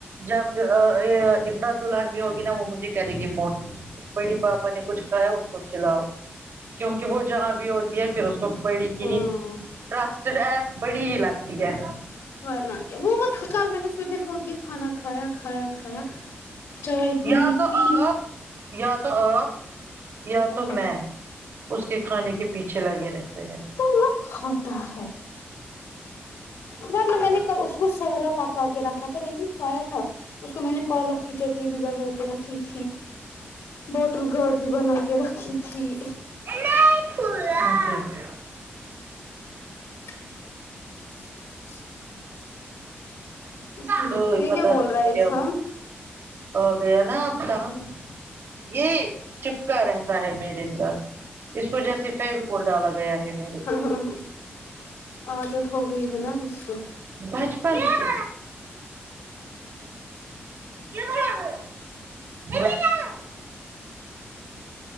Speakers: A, on the right; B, on the left.
A: جب اقراد دلہن بھی ہوگی نا وہ مجھے کرے گی فون بڑی پاپا نے کچھ کایا اس کو کلاؤ کیونکہ وہ جہاں بھی ہوتی ہے پھر اس کو بڑی کی
B: ہاں
A: ہی ٹرسٹڈ ہے بڑی ہی لگ ہے
B: ورنہ کیا وہ مت کل میں نے سوچنے فون کیا کھانا کھایا کھایا کھایا چائے پی
A: یا تو
B: پی
A: آپ یا تو آپ یا
B: ہاں
A: تو میں اس کے کھانے کے پیچھے لگے رہتے ہیں
B: تو مت کھاتا ہے ورنہ میں نے اس کو سارا پکا کے رکھا تھا لیکن کھایا تھا اس کو میں نے پالک کی چٹنی بھی بنا کے رکھ رکھی تھی بوٹل گارڈ بھی بنا کے رکھی تھی
A: نہیں کھلا <unintelligible>
B: <inaudible> اسی لیے
A: کوئی
B: یہ
A: پتا
B: کیا بول
A: نہیں
B: رہا ہے انسان
A: کیا ہو گیا ناتا ہنگ <unintelligible> یہ چپ رہتا ہے میرے ساتھ اس کو جیسے فیب کوول ڈالا گیا ہے میر
B: ہاں ہاں عادت ہو گئی ہے نا اسس کو
A: بچپن سے یہ ہو آ ہو <unintelligible>